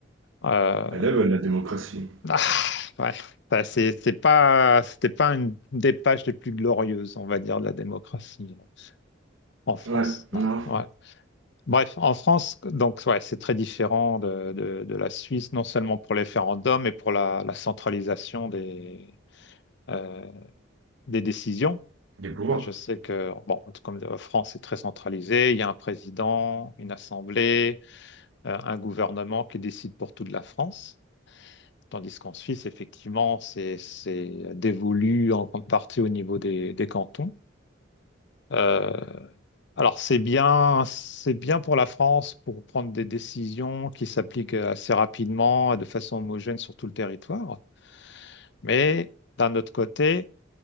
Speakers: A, on the left (about 60°); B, on the right (about 75°).
A: Euh,
B: Elle aime la démocratie.
A: <laughs> ah, ouais. Enfin, c'est c'est pas, c'était pas une des pages les plus glorieuses, on va dire, de la démocratie en France.
B: Ouais,
A: Non.
B: non.
A: Ouais. Bref, en France, donc ouais, c'est très différent de, de- de la Suisse, non seulement pour les référendums, mais pour la, la centralisation des, euh, des décisions.
B: Des pouvoirs.
A: Ah, Je sais que, bon, comme la France est très centralisée, il y a un président, une assemblée, euh, un gouvernement qui décide pour toute la France. Tandis qu'en Suisse, effectivement, c'est, c'est dévolu en grande partie au niveau des, des cantons. Euh, alors, c'est bien, c'est bien pour la France pour prendre des décisions qui s'appliquent assez rapidement et de façon homogène sur tout le territoire. Mais d'un autre côté,